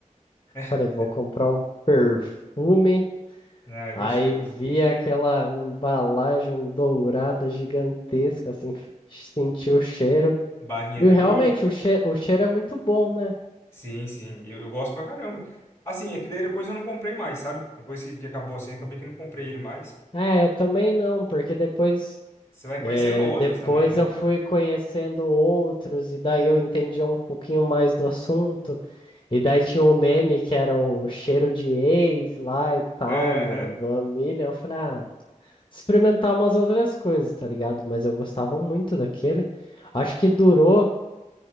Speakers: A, on the left; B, on the left.
A: <laughs>
B: Falei, vou comprar um perfume.
A: É, é
B: Aí
A: gostoso.
B: vi aquela embalagem dourada gigantesca, assim, f- senti o cheiro.
A: Barrinha
B: E
A: de
B: realmente
A: ouro.
B: o cheiro, o cheiro é muito bom, né?
A: Sim, sim. Eu, eu gosto pra caramba. Assim, é que daí depois eu não comprei mais, sabe? Depois que que acabou assim, acabei que não comprei ele mais.
B: É, eu também não, porque depois
A: Você vai
B: É,
A: conhecendo outros
B: depois
A: também, né?
B: eu fui conhecendo outros, e daí eu entendi um pouquinho mais do assunto. E daí tinha o meme que era o cheiro de ex lá e tal,
A: Aham,
B: no, do Amilion. Eu falei, ah, experimentar umas outras coisas, tá ligado? Mas eu gostava muito daquele. Acho que durou,